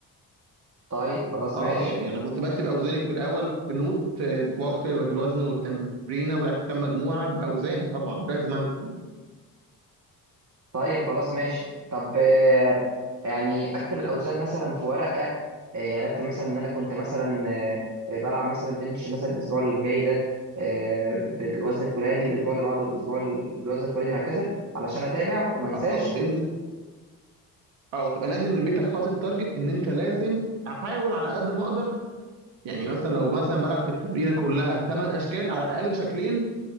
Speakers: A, on the right; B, on the right.
A: طيب خلاص
B: اه
A: ماشي
B: يعني انا كنت بكتب اوزاني في الاول في نوت آه، وفق الوزن والتمرينه ولعبت كام مجموعه باوزاني طبعا لازم اعمل
A: طيب خلاص ماشي طب آه، يعني اكتب الاوزان مثلا في ورقه آه، يعني اكتب مثلا ان انا كنت مثلا آه، بلعب مثلا بنش مثلا الاسبوع اللي جاي ده آه، بالوزن الفلاني والاسبوع اللي بعده بالاسبوع ال- بالوزن الفلاني وهكذا علشان اتابع وما انساش
B: او تنزل او تبقى نازل من بيتك حاطط تارجت ان انت لازم احاول على قد ما اقدر يعني مثلا لو مثلا بلعب في التمرينه كلها 8 اشكال على الاقل شكلين